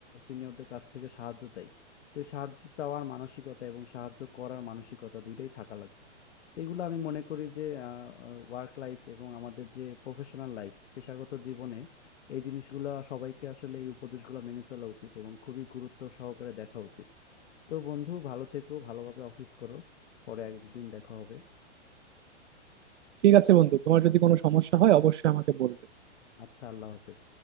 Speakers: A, on the left; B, on the right.
A: সিনিয়রদের কাছ থেকে সাহায্য চাই তো এই সাহায্য চাওয়ার মানসিকতা এবং সাহায্য করার মানসিকতা দুইটাই থাকা লাগবে তো এগুলো আমি মনে করি যে ওয়ার্ক লাইফ এবং আমাদের যে প্রফেশনাল লাইফ পেশাগত জীবনে এই জিনিসগুলো সবাইকে আসলে এই উপদেশগুলো মেনে চলা উচিত এবং খুবই গুরুত্ব সহকারে দেখা উচিত তো বন্ধু ভালো থেকো ভালোভাবে অফিস করো পরে একদিন দেখা হবে
B: ঠিক আছে বন্ধু তোমার যদি কোনো সমস্যা হয় অবশ্যই আমাকে বলবে
A: আচ্ছা আল্লাহ হাফেজ